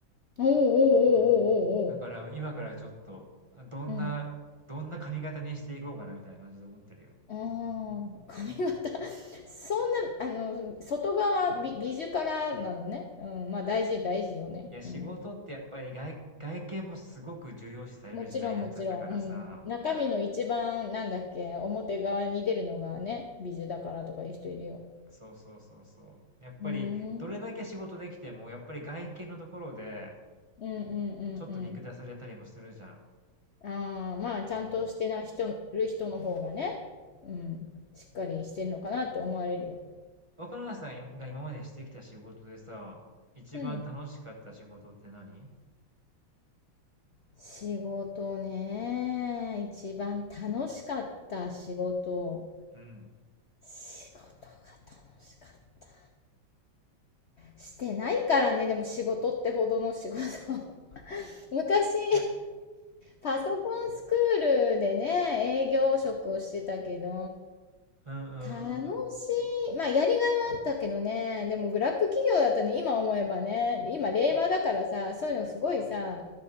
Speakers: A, on the left; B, on the right.
A: おーおーおーおーおーおー。
B: うん。だから今からちょっと、どんな、
A: うん。
B: どんな髪型にしていこうかなみたいな感じで思ってるよ。
A: ああ、髪型
B: うん。
A: <laughs> そんな、あの、外側美、美術からなのね。うん、まあ大事、大事よね。
B: いや、仕事ってやっぱり外、
A: うん。
B: 外見もすごく重要視される時代になっちゃったからさ、
A: もちろん、もちろん。うん。中身の一番、なんだっけ、表側に出るのがね、美術だからとかいう人いるよ。
B: そうそうそうそう。やっぱり、
A: うーん。
B: どれだけ仕事できても、やっぱり外見のところで、
A: うんうんうんうん。
B: ちょっと見下されたりもするじゃん。
A: ああ、まあ、
B: うん。
A: ちゃんとしてな人、る人の方がね、うん、しっかりしてるのかなって思われるよ。
B: 若菜さんが今までしてきた仕事でさ、一番楽しかった仕事って何
A: うん。仕事ね、一番楽しかった仕事。
B: うん。
A: 仕事が楽しかった。してないからね、でも仕事ってほどの仕事。<laughs> 昔、
B: いや、
A: パソコンスクールでね、営業職をしてたけど、
B: うんうんうんうん。
A: 楽しい。まあ、やりがいはあったけどね。でも、ブラック企業だったね、今思えばね。今、令和だからさ、
B: え、
A: そういうのすごいさ、